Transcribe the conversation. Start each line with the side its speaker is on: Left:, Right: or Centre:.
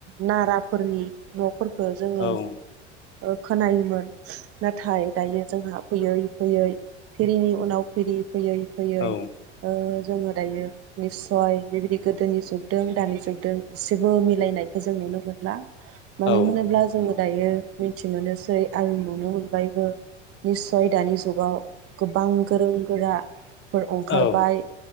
Right: नाराफोरनि न'फोरखौ जोंङो
Left: औ
Right: ओ खोनायोमोन नाथाय दायो जोंहा फैयै फैयै फिरिनि उनाव फिरि फैयै फैयै
Left: औ
Right: ओ जोंङो दायो निस्सय बिबायदि गोदोनि जुगदों दानि जुगदों एसे जेबो मिलायनायखौ जों नुनो मोनला मानो
Left: औ
Right: होनोब्ला जोंङो दायो मिन्थि मोनोसै आं नुनो मोनबायबो निस्सय दानि जुगाव गोबां गोरों गोरा फोर अंखारबाय
Left: औ